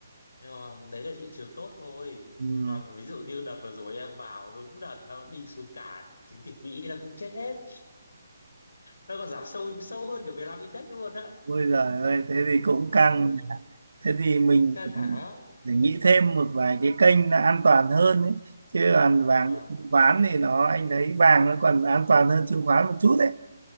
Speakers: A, on the left; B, on the right.
A: nhưng mà đấy là thị trường tốt thôi.
B: ừ.
A: Còn ví dụ như đợt vừa rồi em vào đúng đợt nó đi xuống cả thì chứng chỉ quỹ nó cũng chết hết. <laughs> Nó còn giảm sâu sâu hơn cả Vietnam Index luôn á. <laughs>
B: Ôi giời ơi, thế thì cũng căng.
A: Ừ,
B: nhỉ. Thế thì mình
A: Cũng căng
B: phải,
A: thẳng lắm.
B: phải nghĩ thêm một vài cái kênh là an toàn hơn ấy. Chứ còn vàng
A: Ờ.
B: chứng khoán thì nó anh thấy vàng nó còn an toàn hơn chứng khoán một chút đấy.